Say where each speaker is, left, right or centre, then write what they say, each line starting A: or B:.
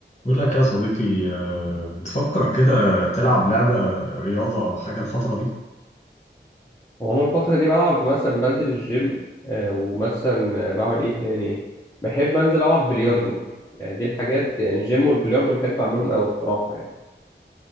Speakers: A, on the left (about 40°); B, on the left (about 15°).
A: بقول لك يا صديقي آه، بتفكر كده تلعب لعبة رياضة أو حاجة الفترة دي؟
B: وانا الفترة دي بلعب مثلا بنزل الجيم آه، ومثلا آه، بعمل ايه تاني بحب انزل العب بلياردو يعني دي الحاجات يعني الجيم والبلياردو بحب اعملهم قوي الصراحة يعني